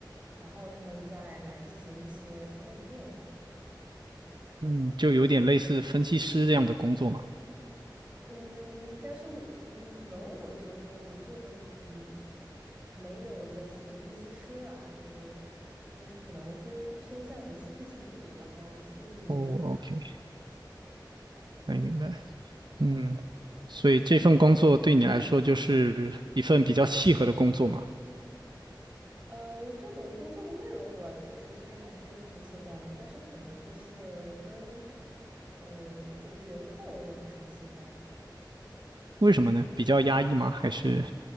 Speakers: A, on the right; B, on the right.
A: 然后他们再来进行一些仓位的变化。
B: 嗯，就有点类似分析师这样的工作嘛。
A: 嗯，但是我嗯，可能我觉得我做的嗯，没有类似于分析师啦，就是就是可能分偏向于数据处理，然后数据分析这样子。
B: 哦，OK，没明白。嗯，所以这份工作对你来说就是一份比较契合的工作嘛？
A: 呃，这个工作的内容我其实是还是挺喜欢的，但是可能就是跟，嗯，我觉得氛围我不是很喜欢。
B: 为什么呢？比较压抑吗？还是